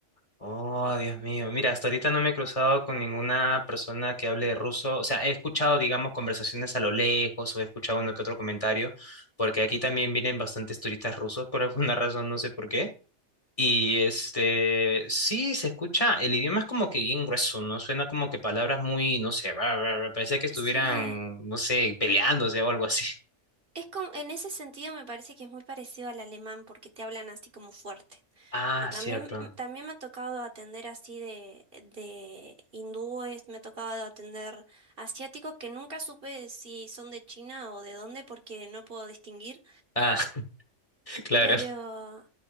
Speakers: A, on the left; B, on the right.
A: Oh, Dios mío. Mira, hasta ahorita no me he cruzado con ninguna persona que hable ruso. O sea, he escuchado, digamos, conversaciones a lo lejos o he escuchado uno que otro comentario, porque aquí también vienen bastantes turistas rusos por <laughs> alguna razón, no sé por qué. Y este, sí, se escucha, el idioma es como que bien grueso, ¿no? Suena como que palabras muy, no sé, bla, bla, bla, parecía que estuvieran,
B: Sí.
A: no sé, peleándose o algo así.
B: Es como, en ese sentido me parece que es muy parecido al alemán porque te hablan así como fuerte.
A: Ah,
B: Bueno, también,
A: cierto.
B: mm, también me ha tocado atender así de, de hindúes, me ha tocado atender asiáticos que nunca supe si son de China o de dónde porque no puedo distinguir.
A: Ah, <laughs> claro,
B: Pero